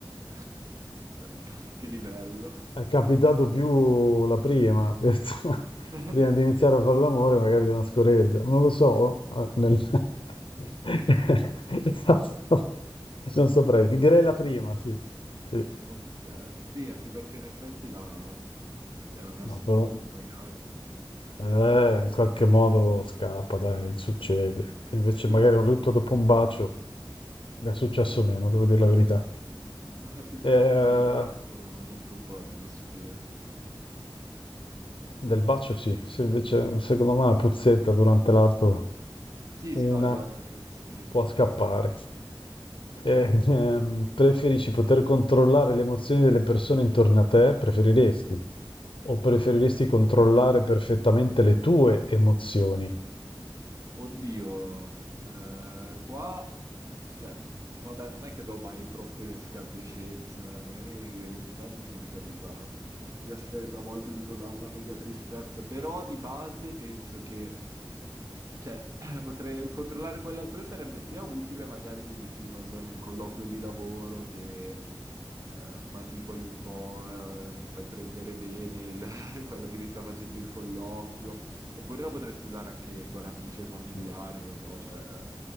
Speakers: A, on the right; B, on the left.
A: <laughs> Cioè, che livello.
B: è capitato più la prima. <laughs>
A: <laughs>
B: Prima di iniziare a fare l'amore, magari una scoreggia. Non lo so. ah, nel- <laughs> Non saprei. Direi la prima, sì. Sì.
A: Ok, sì, anche perché in effetti la, cioè, la nascondi
B: No, però-
A: magari.
B: Eh, in qualche modo scappa, dai, succede. Invece
A: Sì,
B: magari
A: poi
B: un rutto
A: sì.
B: dopo un bacio mi è successo
A: sì.
B: meno, devo dire la verità.
A: <laughs> Sì, poi
B: Eh,
A: sei immediato, rompe un po' l'atmosfera. Mhm.
B: del bacio sì, se invece secondo me una puzzetta durante l'atto,
A: Sì,
B: una
A: sì, no, esatto, io lo senti.
B: può scappare.
A: Sì,
B: Eh,
A: sì, sì.
B: ehm, preferisci poter controllare le emozioni delle persone intorno a te? Preferiresti? O preferiresti
A: Ah.
B: controllare perfettamente le tue emozioni?
A: Oddio, eh, qua, cioè, vabbè, non è che do mai troppe escandescenze, eh, magari ogni tanto sì mi capita di essere travolto tipo da una mega tristezza, però di base penso che Cioè, <clears throat> potrei controllare quell'altrui sarebbe sia utile, magari dici, non lo so, in un colloquio di lavoro che eh, manipoli un po', eh, fai prendere bene il- <laughs> quello che ti sta facendo il colloquio, oppure lo potresti usare anche con amici e familiari,
B: No.
A: non lo so, cioè